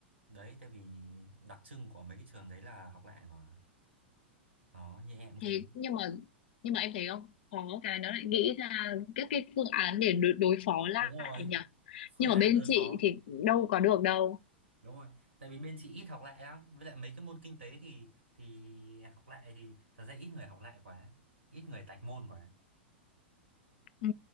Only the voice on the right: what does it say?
đấy tại vì đặc trưng của mấy cái trường đấy là học lại mà đó như em thế
đúng rồi
phương
án
đối
phó
đúng rồi tại vì bên chị ít học lại lắm với lại mấy cái môn kinh tế thì thì học lại thì thật ra ít người học lại quá ít người tạch môn quá